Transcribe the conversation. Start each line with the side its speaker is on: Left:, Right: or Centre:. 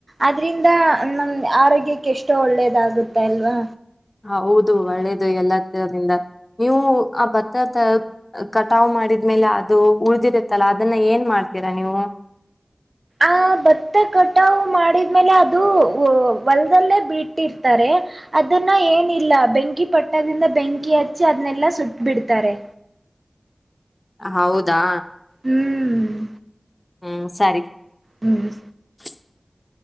Right: ಅದ್ರಿಂದ ನಮ್ ಆರೋಗ್ಯಕ್ಕೆ ಎಷ್ಟೋ ಒಳ್ಳೇದಾಗುತ್ತೆ ಅಲ್ವಾ.
Left: ಹೌದು ಒಳ್ಳೇದು ಎಲ್ಲ ತರದಿಂದ ನೀವು ಆ ಭತ್ತತ್ ಕಟಾವು ಮಾಡಿದ್ಮೇಲೆ ಅದು ಉಳ್ದಿರತ್ತಲ್ಲ ಅದನ್ನ ಏನ್ ಮಾಡ್ತೀರಾ ನೀವು.
Right: ಆ ಭತ್ತ ಕಟಾವು ಮಾಡಿದ್ಮೇಲೆ ಅದು ಹೊ ವಲ್ದಲ್ಲೇ ಬಿಟ್ಟಿರ್ತಾರೆ ಅದನ್ನ ಏನಿಲ್ಲ ಬೆಂಕಿ ಪಟ್ಣದಿಂದ ಬೆಂಕಿ ಹಚ್ಚಿ ಅದ್ನೆಲ್ಲಾ ಸುಟ್ ಬಿಡ್ತಾರೆ.
Left: ಹೌದಾ.
Right: ಹ್ಮ್
Left: ಹ್ಮ ಸರಿ.
Right: ಹ್ಮ್
Left: <unintelligible>